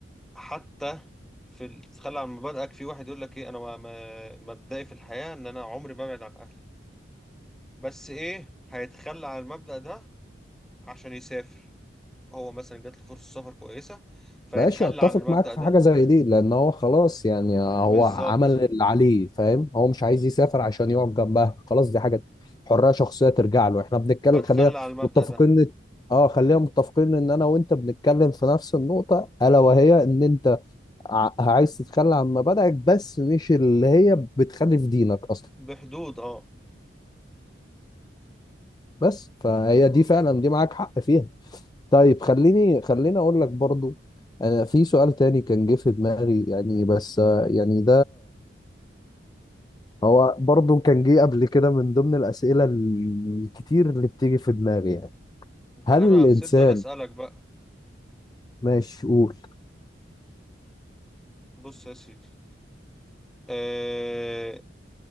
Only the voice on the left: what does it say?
ماشي اتفق
معاك في
حاجه زي دي لان هو خلاص يعني هو
عمل اللي عليه فاهم هو مش عايز يسافر عشان يقعد جنبها خلاص دي حاجه حريه شخصيه ترجع له احنا بنتكلم
خلينا
متفقين
إن- اه خلينا متفقين ان انا وانت بنتكلم في نفس النقطه الا وهي ان انت ع- عايز تتخلى عن مبادئك بس مش اللي هي بتخالف دينك اصلا
بس فهي دي فعلا دي معاك حق فيها طيب خليني خليني اقول لك برضو انا في سؤال تاني كان جه في دماغي يعني بس آه، يعني هو برضو كان جه قبل كده من ضمن الأسئلة الكتير اللي بتيجي في دماغي يعني
هل
الإنسان
ماشي قول